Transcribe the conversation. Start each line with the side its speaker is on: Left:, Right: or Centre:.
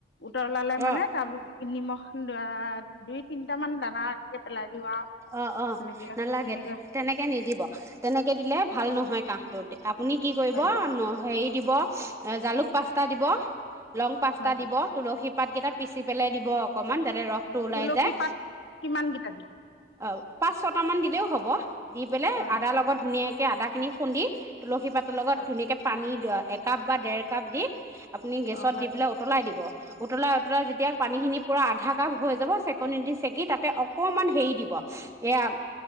Left: উতৰলালে মানে
Right: অ
Left: তাৰ নিমখ দৰা দুই তিনিটা মান দানা, এনেকৈ পেলাই দিওঁ আৰু
Right: অ অ
Left: সেনেকৈ
Right: নেলাগে।
Left: সেনেকৈ
Right: তেনেকে নিদিব তেনেকে দিলে ভাল নহয় কাহটোত। আপুনি কি কৰিব
Left: হয় নি
Right: ন হেৰিত দিব, জালুক পাঁচটা দিব। লং পাঁচটা
Left: হয় নি
Right: দিব, তুলসী, পাতকেইটা পিচি পেলাই দিব অকমান যাতে ৰসটো ওলাই
Left: তুলসী
Right: যায়।
Left: পাত কিমানকেইটা দিম
Right: অ পাঁচ ছটা মান দিলেও হ'ব। দি পেলাই
Left: হয় নি
Right: আদাৰ লগত ধুনীয়াক আদা খিনি খুন্দি, তুলসী পাতৰ লগত
Left: হয়
Right: ধুনীয়াকে পানী একাপ বা ডেৰ কাপ দি, আপুনি গেছত
Left: অঁ হয়
Right: দি পেলাই উতলাই দিব। উতলাই উতলাই যেতিয়া পানীখিনি, পূৰা আধা কাপ হৈ যাব, চেকনি দি চেকি তাতে অকণমান হেয়ি দিব, এয়া